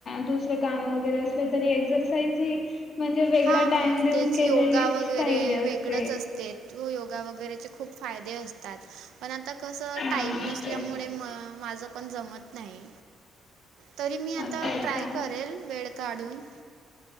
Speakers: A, on the left; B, on the right.
A: दुसरे काम वगैरे असले तरी एक्सरसाईज ही म्हणजे वेगळा
B: हां हां
A: टाइम देऊन
B: तेच
A: केलेलीच
B: योगा वगैरे
A: पाहिजे असते.
B: वेगळंच असते योगा वगैरेचे खूप फायदे असतात. पण आता कसं
A: हा
B: टाईम नसल्यामुळे
A: तेच.
B: म माझं पण जमत नाही. तरी मी
A: अच्छा
B: आता ट्राय
A: अच्छा.
B: करेल वेळ काढून.